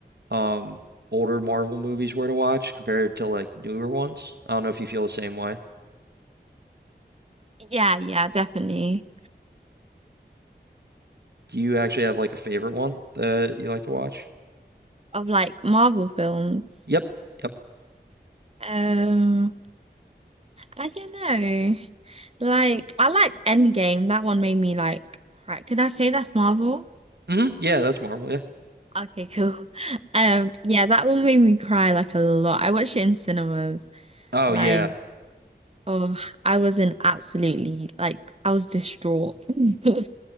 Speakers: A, on the right; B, on the right.
A: um older Marvel movies were to watch compared to like newer ones. I don't know if you feel the same way.
B: yeah, yeah, definitely.
A: Do you actually have like a favorite one that you like to watch?
B: Of like Marvel films.
A: Yep. Yep.
B: Um, I don't know. Like, I liked Endgame. That one made me like cry. Could I say that's Marvel?
A: hmm Yeah, that's Marvel. Yeah.
B: Okay, cool. <laughs> Um, yeah, that one made me cry like a lot. I watched it in cinemas.
A: Oh
B: Like,
A: yeah.
B: oh, I was in absolutely like I was distraught. <laughs>